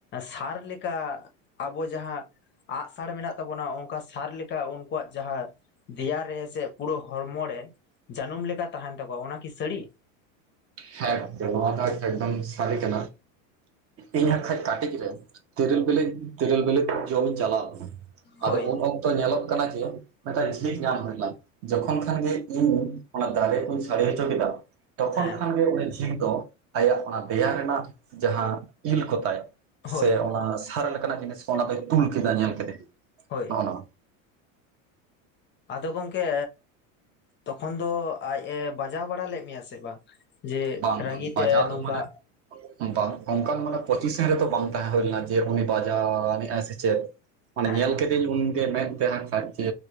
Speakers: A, on the left (about 30°); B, on the right (about 35°).
A: ᱥᱟᱨ ᱞᱮᱠᱟ ᱟᱵᱚ ᱡᱟᱦᱟᱸ ᱟᱸᱜ-ᱥᱟᱲ ᱢᱮᱱᱟᱜ ᱛᱟᱵᱚᱱᱟ ᱚᱱᱠᱟ ᱥᱟᱨ ᱞᱮᱠᱟ ᱩᱱᱠᱩᱣᱟᱜ ᱡᱟᱦᱟᱸ ᱫᱮᱭᱟ ᱨᱮ ᱥᱮ ᱯᱩᱲᱟᱹ ᱦᱚᱲᱢᱚ ᱲᱮ ᱡᱟᱹᱱᱩᱢ ᱞᱮᱠᱟ ᱛᱟᱦᱮᱸᱱ ᱛᱟᱠᱚᱣᱟ ᱚᱱᱟᱠᱤ ᱥᱟᱹᱲᱤ?
B: ᱦᱮᱸ ᱜᱚᱝᱠᱮ ᱱᱚᱣᱟ ᱫᱚ ᱮᱠᱫᱚᱢ ᱥᱟᱹᱨᱤ ᱠᱟᱱᱟ᱾ ᱤᱧ ᱦᱟᱸᱜᱠᱷᱟᱡ ᱠᱟᱹᱴᱤᱡ ᱨᱮ ᱛᱮᱨᱤᱞ ᱵᱮᱞᱮ ᱛᱮᱨᱤᱞ ᱵᱮᱞᱮ ᱡᱚᱢ ᱪᱟᱞᱟᱣ
A: ᱦᱳᱭ
B: ᱟᱫᱚ ᱩᱱ ᱚᱠᱛᱚ ᱧᱮᱞᱚᱜ ᱠᱟᱱᱟ ᱡᱮ ᱢᱤᱫᱴᱟᱝ ᱡᱷᱤᱡ ᱧᱟᱢ ᱦᱩᱭ ᱞᱮᱱᱟ ᱡᱚᱠᱷᱚᱱ ᱠᱷᱟᱱ ᱜᱮ ᱤᱧ ᱚᱱᱟ ᱫᱟᱨᱮ ᱠᱩᱧ ᱥᱟᱲᱮ ᱦᱚᱪᱚ ᱠᱮᱫᱟ᱾ ᱛᱚᱠᱷᱚᱱ
A: ᱦᱮᱸ
B: ᱠᱷᱟᱱᱜᱮ ᱩᱱᱤ ᱡᱷᱤᱠ ᱫᱚ ᱟᱭᱟᱜ ᱚᱱᱟ ᱫᱮᱭᱟ ᱨᱮᱱᱟᱜ ᱡᱟᱦᱟᱸ ᱤᱞ ᱠᱚᱛᱟᱭ
A: ᱦᱳᱭ
B: ᱥᱮ ᱚᱱᱟ ᱥᱟᱨᱟ ᱞᱮᱠᱟᱱᱟᱜ ᱡᱤᱱᱤᱥ ᱠᱚ ᱚᱱᱟ ᱫᱚᱭ ᱛᱩᱞ ᱠᱮᱫᱟ ᱧᱮᱞ- ᱠᱮᱫᱮ
A: ᱦᱳᱭ
B: ᱱᱚᱜᱼᱚ ᱱᱚᱣᱟ
A: ᱟᱫᱚ ᱜᱚᱝᱠᱮ ᱛᱚᱠᱷᱚᱱ ᱫᱚ ᱟᱡ ᱮ ᱵᱟᱡᱟᱣ ᱵᱟᱲᱟ ᱞᱮᱫ ᱢᱮᱭᱟ ᱥᱮ ᱵᱟᱝ? ᱡᱮ
B: ᱵᱟᱝ
A: ᱨᱟᱹᱜᱤ
B: ᱵᱟᱡᱟᱣ
A: ᱛᱮ ᱱᱚᱝᱠᱟ
B: ᱫᱚ ᱢᱟᱱᱮ ᱵᱟᱝ ᱚᱱᱠᱟᱱ ᱢᱟᱱᱮ ᱯᱚᱸᱪᱤᱥᱮᱱ ᱨᱮᱛᱚ ᱵᱟᱝ ᱛᱟᱦᱮᱸ ᱦᱩᱭ ᱞᱮᱱᱟ ᱡᱮ ᱩᱱᱤ ᱵᱟᱡᱟᱣ ᱟᱱᱤᱡᱟᱭ ᱥᱮ ᱪᱮᱫ᱾ ᱢᱟᱱᱮ
A: ᱦᱮᱸ
B: ᱧᱮᱞ ᱠᱮᱫ- ᱛᱮᱧ ᱩᱱᱜᱮ ᱢᱮᱱ ᱛᱮ ᱦᱟᱸᱜ ᱠᱷᱟᱡ ᱡᱮ